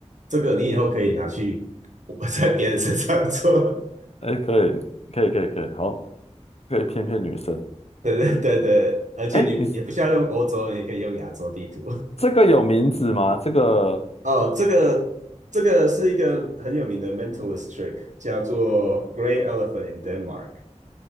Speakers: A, on the right (about 85°); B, on the left (about 60°).
A: 这个你以后可以拿去我在别人身上做，
B: 哎，可以，可以，可以，可以，好，可以骗骗女生。
A: <laughs> 对对对对，而且你也不需要用欧洲，
B: 哎，你是
A: 你也可以用亚洲地图。
B: 这个有名字吗？这个，
A: <laughs> 哦，这个这个是一个很有名的 mentalist trick，叫做 Grey Elephant in Denmark。